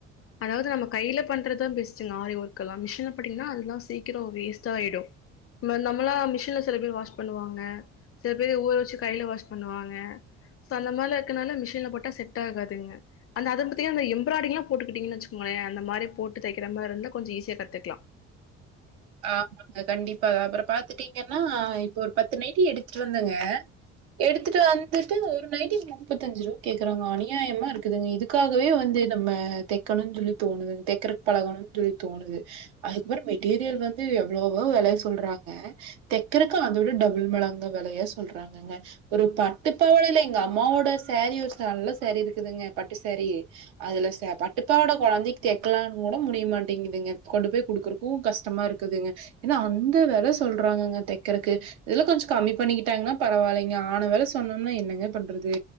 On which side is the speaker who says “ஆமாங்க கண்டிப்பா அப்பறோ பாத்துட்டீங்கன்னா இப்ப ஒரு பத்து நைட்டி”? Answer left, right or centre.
Right